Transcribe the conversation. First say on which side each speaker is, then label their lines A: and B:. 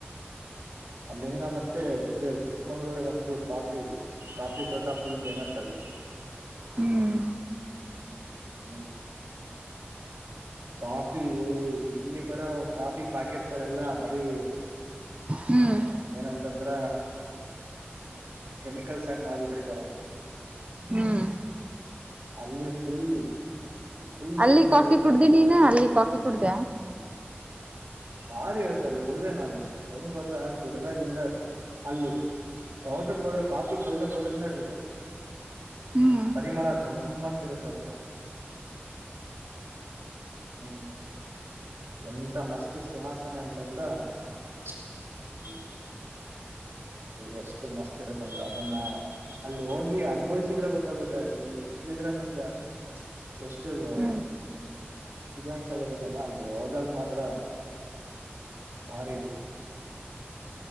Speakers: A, on the right; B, on the right.
A: ಅಲ್ಲಿಂದ ಮತ್ತೆ ಇದು ಚಿಕ್ಕಮಂಗಳೂರ್ ಅಂತೂ ಕಾಫಿ ಕಾಫಿ ತೋಟ ಫುಲ್ ಫೇಮಸ್ ಅಲ್ಲಿ. ಹ
B: ಹ್ಮ್
A: ಹ್ಮ್ ಕಾಫಿ ಇಲ್ಲಿ ಬರೋ ಕಾಫಿ ಪಾಕೆಟ್ ಗಳೆಲ್ಲ ಬರೀ
B: ಹ್ಮ್
A: ಹ
B: ಹ್ಮ್
A: ಏನಂತಂದ್ರ ಕೆಮಿಕಲ್ಸ್ ಹಾಕ ಮಾಡಬಿಟ್ಟ ಇರ್ತಾರ.
B: ಹ್ಮ್
A: ಅಲ್ಲಿ ಫುಲ್ ಫುಲ್
B: ಅಲ್ಲಿ
A: ಶುದ್ಧ
B: ಕಾಫಿ
A: ಗೊತ್ತ
B: ಕುಡ್ದಿ
A: ಪರಿಶುದ್ಧ.
B: ನೀನು ಅಲ್ಲಿ ಕಾಫಿ ಕುಡ್ದ
A: ಭಾರಿ ಇರುತ್ತ ಅಲ್ಲಿ ಕುಡ್ದ ನನ್ ಹೆಂಗ್ ಗೊತ್ತ ಗಿಡದಾಗಿಂದ ಅಲ್ಲಿ ತೋಟಕ್ಕೆ ಹೋದ್ರೆ ಕಾಫಿ ತೋಟಕ್ಕೆ ಹೋದ್ರೆನ <unintelligible>
B: ಹ್ಮ್
A: ಪರಿಮಳ ಗಮ್ಮಂತಿರುತ್ತೆ ಅಲ್ಲೇ. ಹ್ಮ್ ಎಂತ ಮಸ್ತ್ ಸುವಾಸನೆ ಅಂತಂದ. <unintelligible> ಎಷ್ಟು ಮಸ್ತ್ ಇರುತ್ತಂತ ಅದನ್ನ ಅಲ್ಲಿ ಹೋಗಿ ಅನುಭವಿಸಿದ್ರೆ ಗೊತ್ತಾಗುತ್ತೆ <unintelligible> <unintelligible> ನಿಮಂಗ ಎಷ್ಟು
B: ಹ್ಮ್
A: <unintelligible> ಇದುಂಚಗರದಲ್ಲ ಅಲ್ಲಿ <unintelligible> <unintelligible> ಮಾತ್ರ ಭಾರಿ